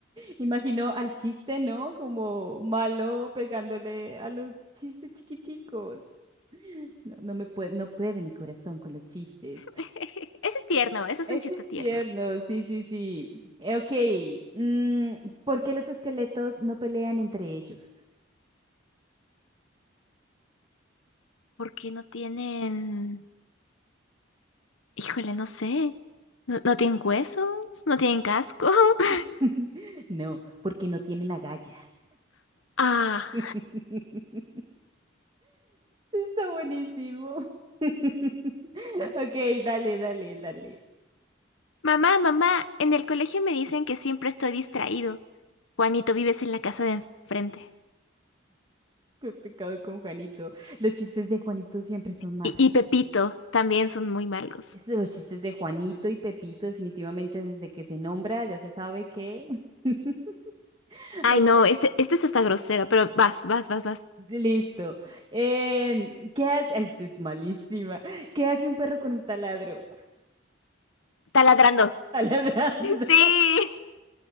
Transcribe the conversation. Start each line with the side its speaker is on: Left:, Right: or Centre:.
Right: Imaginó al chiste, ¿no? Como malo pegándole a los chistes chiquiticos. No, no me puede, no puede mi corazón con los chistes.
Left: <laughs> Ese es tierno, ese es
Right: Ese
Left: un chiste
Right: es
Left: tierno.
Right: tierno, sí, sí, sí. Eh, Ok, mm, ¿por qué los esqueletos no pelean entre ellos?
Left: ¿Por qué no tienen... Híjole, no sé. ¿No, no tienen huesos? ¿No tienen casco? <laughs>
Right: <laughs> No, porque no tienen agallas.
Left: Ah.
Right: <laughs> Está buenísimo. <laughs> Ok, dale, dale, dale.
Left: Mamá, mamá, en el colegio me dicen que siempre estoy distraído. Juanito, vives en la casa de enfrente.
Right: Qué pecado con Juanito. Los chistes de Juanito siempre son malos.
Left: Y, y Pepito también son muy malos.
Right: Es de los chistes de Juanito y Pepito, definitivamente desde que se nombra, ya se sabe que. <laughs>
Left: Ay,
Right: Ok,
Left: no, este, este es hasta grosero, pero vas, vas, vas, vas.
Right: Listo. Em, ¿qué hace? Ay, esto es malísima. ¿Qué hace un perro con un taladro? <laughs>
Left: Taladrando.
Right: Taladrando.
Left: <laughs> Sí.
Right: <laughs>